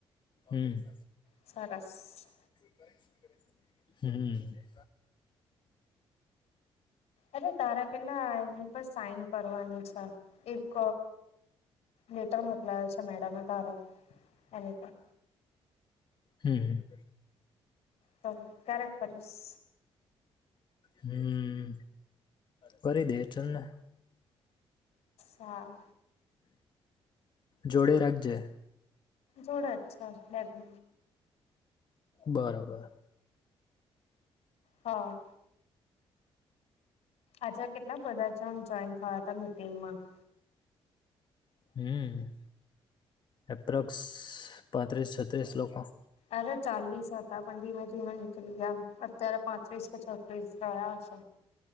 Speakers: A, on the left; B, on the left.
A: હમ
B: સરસ
A: હમ
B: અરે તારા પેલા એની પર સાઈન કરવાનું છે એક લેટર મોકલાયો છે મેડમે તારો એની પર
A: હમ
B: તો ક્યારેક કરીશ
A: હમ કરી દઈશ ચાલ ને
B: હા
A: જોડે રાખજે
B: જોડ જ છે લેબ
A: બરાબર
B: હા આજે કેટલા બધા જણ જોઈન થયા હતા મીટંગમાં
A: હમ એપ્રોક્સ પાંત્રીસ છત્રીસ લોકો
B: અરે ચાલીસ હતા પંડીમાંજી મે નીળ ગયા અત્યારે પાંત્રીસ પ છ બ થયાસ